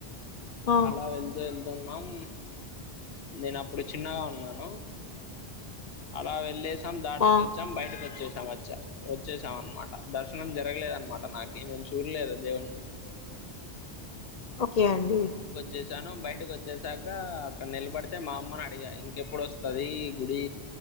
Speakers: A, on the left; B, on the left.
A: ఆ
B: అలా వెల్దు ఎళ్తున్నాం నేనప్పుడు చిన్నగా ఉన్నాను అలా వెళ్లేసాం దాటేసి
A: ఆ
B: వచ్చాం బయటకచ్చేస్ క వచ్చ వచ్చేసాం అనమాట దర్శనం జరగలేదనమాట నాకి నేను చూడ్లేదు దేవుణ్ణి
A: ఓకే అండి
B: చ్చేసాను బయటకి వచ్చేసాక అక్కడ నిలబడితే మా అమ్మన్ అడిగా ఇంకెప్పుడు వస్తది గుడి